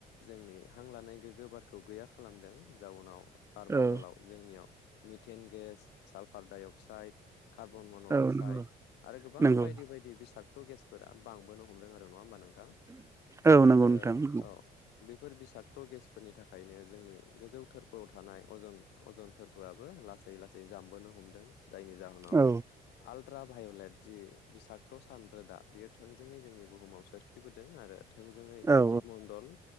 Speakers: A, on the left; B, on the right.
A: जोंनि हां लानाय गोग्गो बारखौ गैया खालामदों जाउनाव बारमण्डलाव
B: औ
A: जोंनियाव methane gas, sulphur dioxide carbon मन' अक्साइड
B: औ नंगौ
A: आरो गोबां
B: नंगौ
A: बायदि बायदि बिसा अट' गेसफोरा बांबो हमदों आरो नङा होमबा नोंथां?
B: औ नंगौ
A: आरो
B: नोंथां नंगौ
A: औ बेफोर बिसाक्त' गेसफोरनि थाखायनो जोंनि गोजौ थोरफोआव थानाय अजन अजन थोरफोआबो लासै लासै जामबोनो हमदों। जायनि जाहोनाव
B: औ
A: आलट्रा भायलेट जि बिसागत' सान रोदा बेयो थोंजोङै जोंनि बुहुमाव सोरखिबोदों आरो थों जोंङो
B: औ
A: जिब मणन्दल